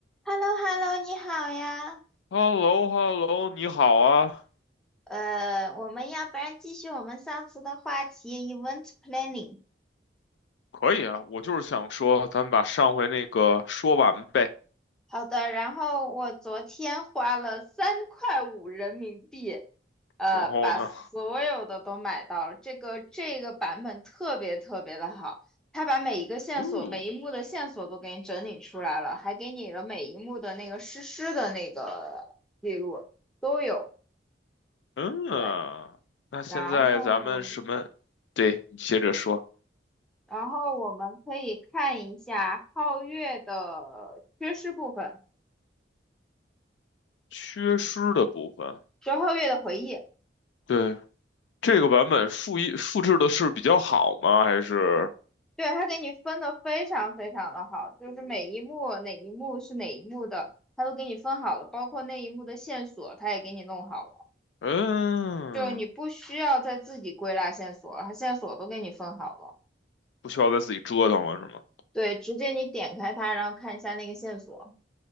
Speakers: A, in the centre; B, on the left (about 70°).
A: h e l l o h e l l o 你好呀。
B: h e l l o h e l l o 你好啊，
A: 呃，我们要不然继续我们上次的话题，event planning。
B: 可以啊，我就是想说，咱们把上回那个说完呗。
A: 好的，然后我昨天花了三块五人民币，呃，
B: 然后呢，
A: 把所有的都买到了。这个这个版本特别特别的好，它把每一个线索、
B: 哦，
A: 每一幕的线索都给你整理出来了，还给你了每一幕的那个实施的那个记录都有。
B: 嗯，
A: 对，
B: 那现在咱们什么？
A: 然后。
B: 对，你接着说，
A: 然后我们可以看一下皓月的缺失部分，
B: 缺失的部分。
A: 就是皓月的回忆。
B: 对，这个版本复一复制的是比较好吗？还是
A: 对，他给你分的非常非常的好，就是每一幕哪一幕是哪一幕的，他都给你分好了，包括那一幕的线索，他也给你弄好了，
B: 嗯，
A: 就你不需要再自己归纳线索了，他线索都给你分好了。
B: 不需要再自己折腾了是吗？
A: 对，直接你点开它，然后看一下那个线索。